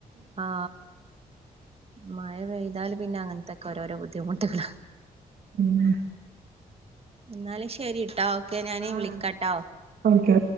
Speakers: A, on the right; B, on the right.
A: ആ മ പെയ്താലും പിന്നെ അങ്ങനത്തൊക്കെ ഓരോരോ ബുദ്ധിമുട്ടുകള
B: ഉം
A: എന്നാലും ശരിട്ടാ ഒക്കെ ഞാന്
B: ആഹ്
A: വിളിക്കാട്ടോ
B: ഓക്കെ